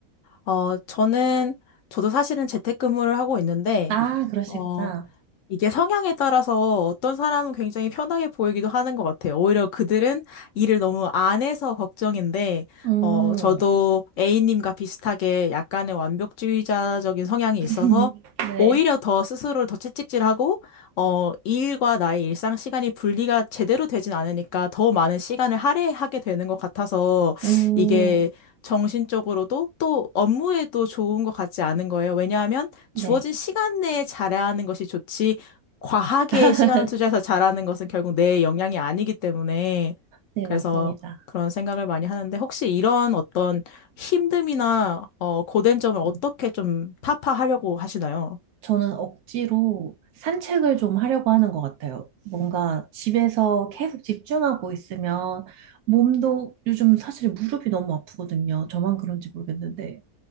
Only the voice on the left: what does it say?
어, 저는, 저도 사실은 재택근무를 하고 있는데,
어, 이게 성향에 따라서 어떤 사람은 굉장히 편하게 보이기도 하는 것 같아요. 오히려 그들은 일을 너무 안 해서 걱정인데,
어, 저도 A님과 비슷하게 약간의 완벽주의자적인 성향이
있어서
오히려 더 스스로를 더 채찍질하고, 어, 이 일과 나의 일상 시간이 분리가 제대로 되진 않으니까 더 많은 시간을 할애하게 되는 것 같아서
이게 정신적으로도 또 업무에도 좋은 것 같지 않은 거예요. 왜냐하면
주어진 시간 내에 잘해야 하는 것이 좋지, 과하게
시간을 투자해서 잘하는 것은 결국 내 역량이 아니기 때문에
그래서
그런 생각을 많이 하는데 혹시 이런 어떤 힘듦이나 어, 고된 점을 어떻게
좀 타파하려고 하시나요?